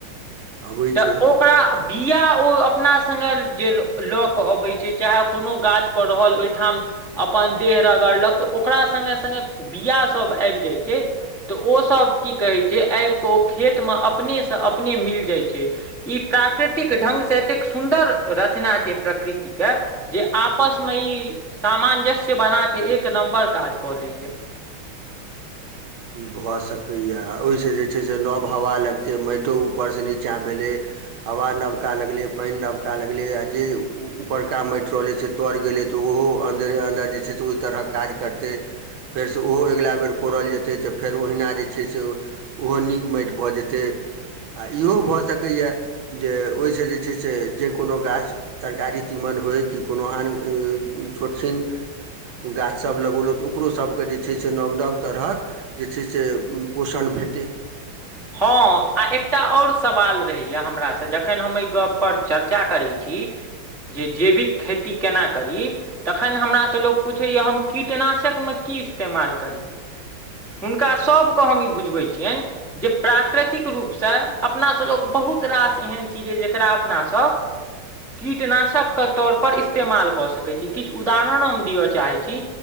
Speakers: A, on the right (about 80°); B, in the centre.
A: अबै
B: तऽ
A: छै
B: ओकरा बिआ ओ अपना संगे जे लऽ कऽ अबै छै चाहे कोनो गाछपर रहल ओहिठाम अपन देह रगड़लक तऽ ओकरा संगे संगे बिया सब आबि जाय छै तऽ ओ सब की कहे छै आबि के ओ खेत में अपने सब अपने मिल जाइ छै ई प्राकृतिक ढंग से एतेक सुन्दर रचना छै प्राकृतिक के जे आपस मे ई सामंजस्य बना के एक नम्बर काज कऽ लेया
A: ई भऽ सकैए आ ओहिसँ जे छै से नव हवा लगतै माइट ऊपरसँ नीचाँ भेलै हवा नबका लगलै पानि नबका लगलै आ जे ऊपरका माटि रहलै से तौड़ गेलै त अहो अन्दर अंदरे जे छै से ओहि तरहक काज करतै फेर सँ ओहो अगिला बेर कोरल जेतै जे से तऽ फेर ओहिना जे छै से ओहो नीक माटि भऽ जेतै आ इहो भऽ सकैए जे ओहिसँ जे छै से जे कोनो गाछ तरकारी तीमन होय कि कोनो आन छोट छन गाछसभ लगौलहुँ तऽ ओकरोसभके जे छै से नव नव तरहक जे छै से पोषण भेटै
B: हँ आ एकटा ओर सवाल रहैए हमरासँ जखन हम एहि गप पर चर्चा करैत छी की जे जैविक खेती केना करी तखन हमरासँ लोक पुछैय हम कीटनाशकमे की की इस्तेमाल करी हुनका सभक हम ई बुझबै छिय जे प्राकृतिक रूपसँ अपनासँ लोक बहुत बहुत रास एहन चीज जकरा अपनासभ कीटनाशक के तौर पर इस्तेमाल कऽ सकैत छी किछ उदाहरण हम दिअ चाहैत छी